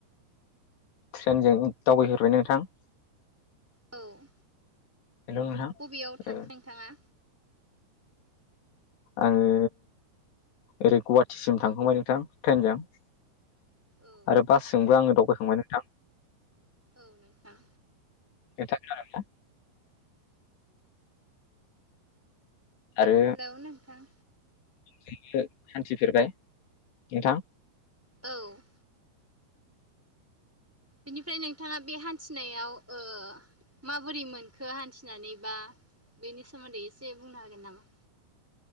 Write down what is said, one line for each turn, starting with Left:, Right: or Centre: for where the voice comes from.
Left: ट्रेनजों दावबायफेरबाय नोंथां
Centre: औ
Left: हेल' नोंथां
Centre: बबेयाव थां
Left: ओ
Centre: थांखौ नोंथाङा
Left: आङो ओरै गुवाहाटिसिम थांखांबाय नोंथां ट्रेनजों
Centre: औ
Left: आरो बासजोंबो आङो दावबायखांबाय नोंथां
Centre: औ नोंथां
Left: नोंथाङा खोनादों ना? आरो
Centre: हेलौ नोंथां
Left: <unintelligible> हान्थिफेरबाय नोंथां
Centre: औ बिनिफ्राय नोंथाङा बे हान्थिनायाव ओ माबोरै मोनखो हान्थिनानै बा बेनि सोमोन्दै एसे बुंनो हागोन नामा?